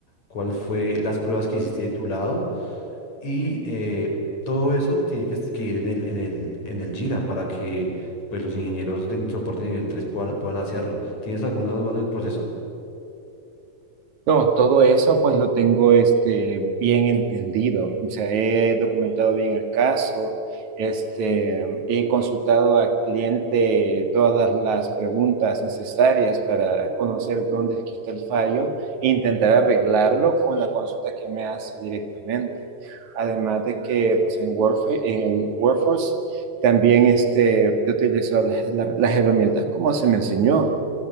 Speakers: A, on the left; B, on the right.
A: cuál fue las pruebas que hiciste de tu lado y eh, todo eso tiene que, es- que ir en el, en el, en el Jira para que pues, los ingenieros de soporte nivel 3 puedan, puedan hacerlo. ¿Tienes alguna duda en el proceso?
B: No, todo eso pues lo tengo este, bien entendido. O sea, he documentado bien el caso, este, he consultado al cliente todas las preguntas necesarias para conocer dónde es que está el fallo e intentar arreglarlo con la consulta que me hace directamente. Además de que pues en Workf- en Workforce también este, he utilizado las las- las herramientas como se me enseñó.